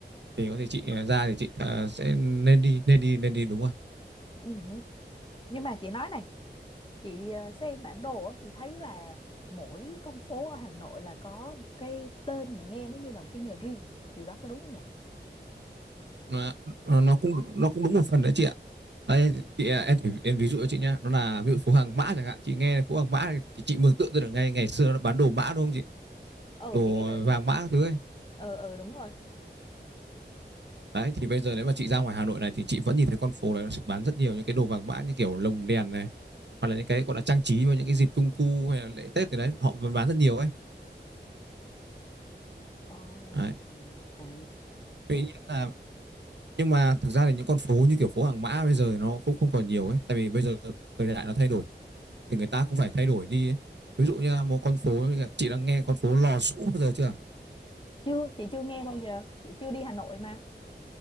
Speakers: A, on the right; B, on the left.
A: Thì có thể chị ờ, ra thì chị ờ, sẽ nên đi nên đi nên đi đúng rồi
B: Ừ. Nhưng mà chị nói này, chị ờ, xem bản đồ á, thì thấy là mỗi con phố ở Hà Nội là có một cái tên mà nghe nó như là một cái nghề riêng. Điều đó có đúng không nhỉ?
A: Nó nó nó cũng nó cũng đúng một phần đấy chị ạ Đây, chị, à, em, thử- em ví dụ cho chị nhá nó là ví dụ phố hàng mã chẳng hạn chị nghe phố hàng mã thì chị mường tượng ra được ngay ngày xưa nó bán đồ mã đúng không chị
B: ừ
A: đồ
B: chị nghĩ là
A: vàng mã các thứ ấy.
B: ừ ừ đúng rồi
A: Đấy thì bây giờ nếu mà chị ra ngoài Hà Nội này thì chị vẫn nhìn thấy con phố đấy nó sẽ bán rất nhiều những cái đồ vàng mã như kiểu lồng đèn này hoặc là những cái gọi là trang trí vào những cái dịp trung thu hay là lễ Tết thì đấy họ vẫn bán rất nhiều ấy.
B: Ồ,
A: Đấy.
B: ừ. à.
A: Tuy nhiên là nhưng mà thực ra thì những con phố như kiểu phố hàng mã bây giờ nó cũng không còn nhiều ấy tại vì bây giờ thời đại nó thay đổi thì người ta cũng phải thay đổi đi ấy. Ví dụ như là một con phố chị đã nghe con phố Lò Sũ bao giờ chưa?
B: chưa chị chưa nghe bao giờ chị chưa đi Hà Nội mà